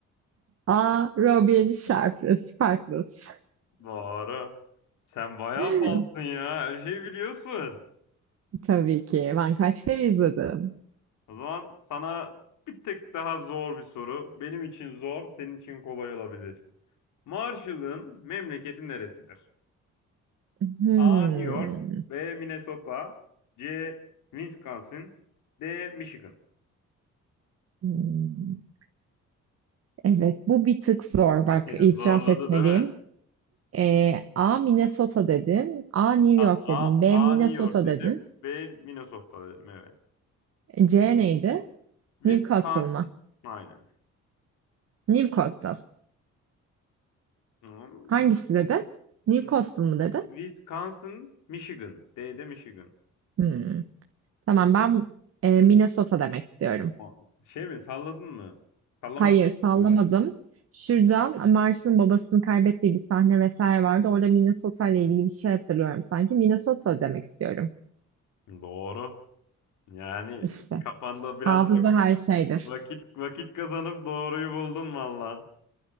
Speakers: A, on the right; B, on the left.
A: A. Robin Sharp. Sparkles.
B: Doğru. Sen bayağı
A: <laughs>
B: fansın ya. Her şeyi biliyorsun.
A: Tabii ki. Ben kaç kere izledim.
B: O zaman sana bir tek daha zor bir soru. Benim için zor, senin için kolay olabilir. Marshall'ın memleketi neresidir?
A: Hmm.
B: A. New York B. Minnesota C. Wisconsin D. Michigan
A: Hmm. Evet bu bir tık zor. Bak
B: <laughs>
A: itiraf
B: Zorladı
A: etmeliyim.
B: değil mi?
A: Ee, A. Minnesota dedin. A. New York
B: A, A,
A: dedin. B.
B: A
A: Minnesota
B: New York dedim.
A: dedin.
B: B Minnesota dedim evet.
A: C neydi?
B: Wisconsin.
A: Newcastle mı?
B: Aynen.
A: Newcastle.
B: Tamam.
A: Hangisi dedin? Newcastle
B: Wi-
A: mı dedin?
B: Wisconsin, Michigan. D'de Michigan.
A: Hmm. Tamam ben e, Minnesota demek istiyorum.
B: Ma- Şey mi salladın mı? Sallamak
A: Hayır
B: mı
A: sallamadım.
B: kullandın?
A: Şuradan Marsh'ın babasını kaybettiği bir sahne vesaire vardı. Orada Minnesota ile ilgili bir şey hatırlıyorum sanki. Minnesota demek istiyorum.
B: Doğru. Yani
A: İşte.
B: kafanda biraz
A: Hafıza
B: vakit
A: her şeydir.
B: Vakit vakit kazanıp doğruyu buldun valla.